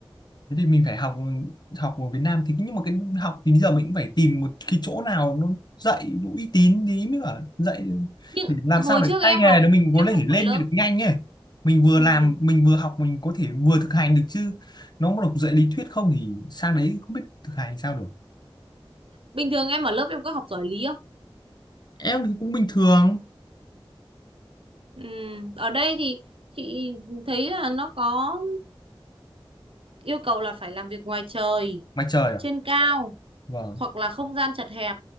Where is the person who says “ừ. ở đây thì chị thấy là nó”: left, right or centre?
Right